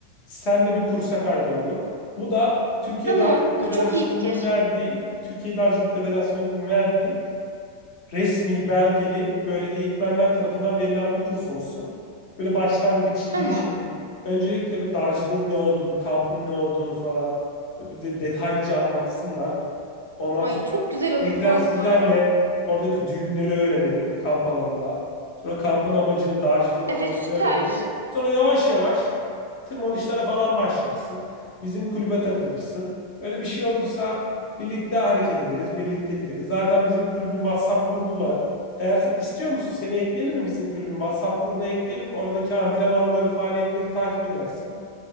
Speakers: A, on the left; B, on the right.
A: Senle bir kursa kaydolalım. Bu da Türkiye
B: tamam
A: Dağcılık
B: bu
A: Federasyonu'nun
B: çok iyi fikir.
A: verdiği, Türkiye Dağcılık Federasyonu'nun verdiği resmi belgeli böyle eğitmenler tarafından verilen bir kurs olsun. Böyle başlangıç,
B: Tamam.
A: giriş için. Öncelikle bir dağcılığın ne olduğunu, kampın ne olduğunu falan bir de detaylıca anlatsınlar. Ondan
B: Ay
A: sonra
B: çok güzel olur
A: egzersizlerle
B: kanka.
A: oradaki düğümleri öğrenelim kamp alanında. Sonra kampın amacını, dağcılığın amacını
B: Evet süper.
A: öğrenelim. Sonra yavaş yavaş tırmanışlara falan başlarsın. Bizim kulübe takılırsın. Öyle bir şey olursa birlikte hareket ederiz, birlikte gideriz. Zaten bizim kulübün WhatsApp grubu var. Eğer sen istiyor musun seni ekleyelim mi bizim kulübün WhatsApp grubuna ekleyelim. Oradaki antrenmanları, faaliyetleri takip edersin.